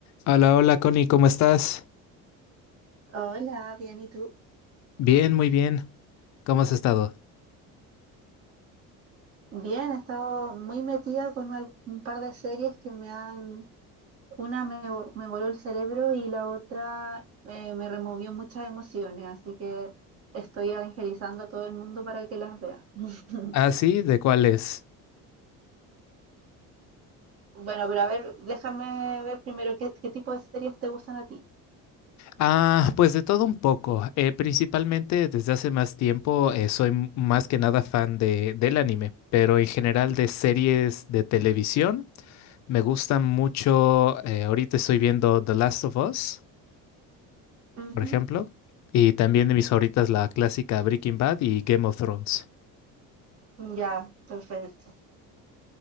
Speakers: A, on the left; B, on the right.
A: Hola, hola Connie, ¿cómo estás?
B: Hola, bien, ¿y tú?
A: Bien, muy bien. ¿Cómo has estado?
B: Bien, he estado muy metida con al- un par de series que me han... Una me, vo- me voló el cerebro y la otra eh, me removió muchas emociones, así que estoy evangelizando a todo el mundo para que las vea. <laughs>
A: Ah, sí, ¿de cuáles?
B: Bueno, pero a ver, déjame ver primero qué, qué tipo de series te gustan a ti.
A: Ah, pues de todo un poco. Eh, principalmente desde hace más tiempo eh, soy m- más que nada fan de, del anime, pero en general de series de televisión. Me gustan mucho, eh, ahorita estoy viendo The Last of Us,
B: Ujú.
A: por ejemplo, y también de mis favoritas la clásica Breaking Bad y Game of Thrones.
B: Ya, perfecto.